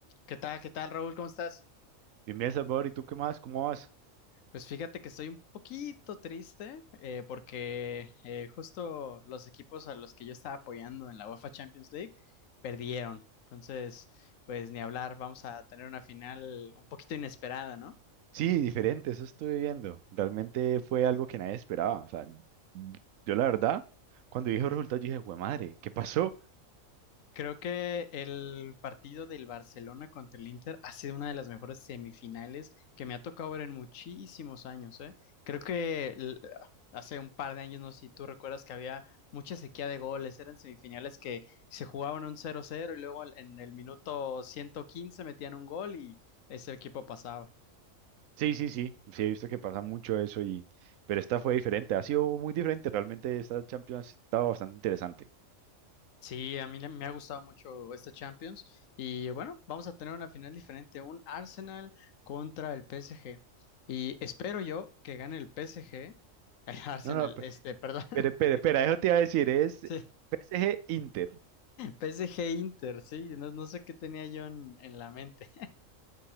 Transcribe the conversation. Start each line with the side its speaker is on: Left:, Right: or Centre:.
Left: ¿Qué tal? ¿Qué tal, Raúl? ¿Cómo estás?
Right: Bien, bien, Salvador, ¿y tú qué más? ¿Cómo vas?
Left: Pues fíjate que estoy un poquito triste eh, porque eh, justo los equipos a los que yo estaba apoyando en la UEFA Champions League perdieron. Entonces, pues ni hablar, vamos a tener una final un poquito inesperada, ¿no?
Right: Sí, diferente, eso estuve viendo. Realmente fue algo que nadie esperaba. O sea, yo la verdad, cuando dije el resultado, yo dije, güey, madre, ¿qué pasó?
Left: Creo que el partido del Barcelona contra el Inter ha sido una de las mejores semifinales que me ha tocado ver en muchísimos años, ¿eh? Creo que l- hace un par de años, no sé si tú recuerdas que había mucha sequía de goles, eran semifinales que se jugaban un cero cero y luego en el minuto 115 metían un gol y ese equipo pasaba.
Right: Sí, sí, sí, sí, he visto que pasa mucho eso y... Pero esta fue diferente, ha sido muy diferente. Realmente esta Champions ha estado bastante interesante.
Left: Sí, a mí le- me ha gustado mucho esta Champions y bueno, vamos a tener una final diferente, un Arsenal contra el PSG y espero yo que gane el PSG, ay, <laughs> Arsenal,
Right: No, no, pe-
Left: este, perdón, <laughs>
Right: pero, pero, espera, eso te iba a decir, es
Left: sí,
Right: PSG Inter.
Left: PSG Inter, sí, no, no sé qué tenía yo en, en la mente. <laughs>